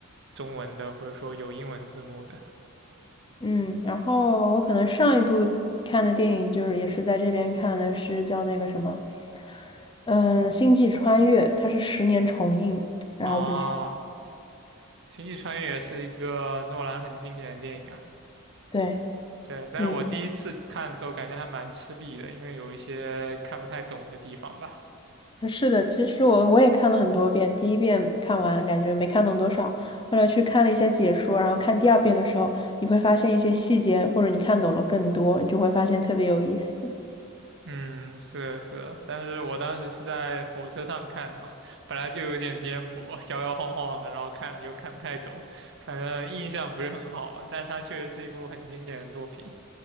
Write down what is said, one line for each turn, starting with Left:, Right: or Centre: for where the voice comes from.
Right: 中文的，或者说有英文字幕的。
Left: 嗯，然后我可能上一部看的电影就是也是在这边看的，是叫那个什么，嗯，《星际穿越》，它是十年重映，然后我就去，
Right: 啊，《星际穿越》是一个诺兰很经典的电影啊。
Left: 对，
Right: 对，但是我第一次看的时候感觉还蛮吃力的，
Left: 你
Right: 因为有一些看不太懂的地方吧。
Left: 嗯是的，其实我我也看了很多遍，第一遍看完感觉没看懂多少，后来去看了一下解说，然后看第二遍的时候，你会发现一些细节，或者你看懂了更多，你就会发现特别有意思。
Right: 嗯，是的，是的，但是我当时是在火车上看的嘛，本来就有点颠簸，摇摇晃晃的，然后看的又看不太懂，反正印象不是很好吧。但是它确实是一部很经典的作品。